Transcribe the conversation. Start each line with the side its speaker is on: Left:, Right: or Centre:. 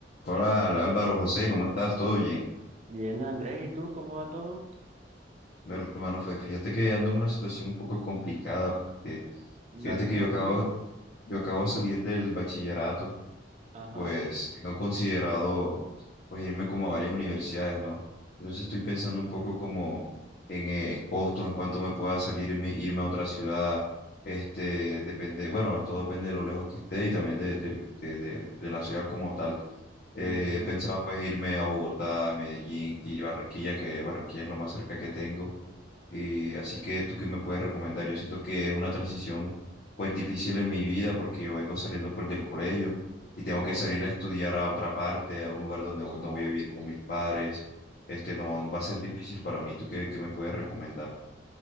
Left: Hola Al- Álvaro José, ¿cómo estás? ¿Todo bien?
Right: Bien, Andrés, ¿y tú cómo va todo?
Left: Mi hermano, fue, fíjate que ando en una situación un poco complicada porque
Right: Dale,
Left: fíjate que
Right: cuéntame.
Left: yo acabo, yo acabo de salir del bachillerato
Right: Ajá,
Left: y pues
Right: ajá.
Left: tengo considerado pues irme como a varias universidades, ¿no? Entonces estoy pensando un poco como en eh, costos, en cuánto me pueda salirme, irme a otra ciudad, este, depende, bueno, todo depende de lo lejos que esté y también de, del- de de- de la ciudad como tal. Eh,
Right: Mm,
Left: he pensado pues irme a Bogotá, Medellín y Barranquilla, que Barranquilla es lo más cerca que tengo. Y así que tú qué me puedes recomendar? Yo siento que es una transición pues difícil en mi vida porque yo vengo saliendo pues del colegio y tengo que salir a estudiar a otra parte, a un lugar donde voy- no voy a vivir con mis padres. Este no va a ser difícil para mí. ¿Tú qué, qué me puedes recomendar?